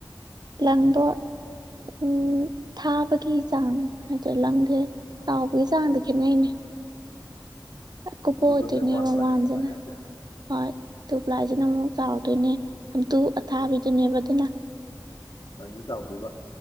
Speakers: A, on the right; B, on the left.
A: ꯂꯪꯗꯣ
B: <inaudible>
A: ꯎ ꯊꯥꯕꯒꯤ ꯆꯥꯡ ꯍꯥꯏꯇꯥꯔꯦ ꯂꯪꯗꯨꯑ ꯆꯥꯎꯕꯒꯤ ꯆꯥꯡꯗ ꯈꯦꯠꯅꯩꯅꯦ ꯀꯨꯞꯄ
B: ꯑꯗꯨꯗꯅꯦ
A: ꯑꯣꯏꯗꯣꯏꯅꯦꯕ
B: ꯋꯥꯟ ꯄ꯭ꯂꯥꯏ
A: ꯋꯥꯟꯖꯤꯅ
B: ꯇꯨ ꯄ꯭ꯂꯥꯏ ꯍꯥꯏꯁꯦ
A: ꯍꯣꯏ ꯇꯨ ꯄ꯭ꯂꯥꯏꯖꯤꯅ ꯑꯃꯨꯛ ꯆꯥꯎꯗꯣꯏꯅꯦ ꯁꯥꯝꯇꯨ ꯑꯊꯥꯕꯤꯗꯨꯅꯦꯕ ꯑꯗꯨꯅ
B: ꯅꯥ ꯆꯥꯎꯗꯣꯏꯕ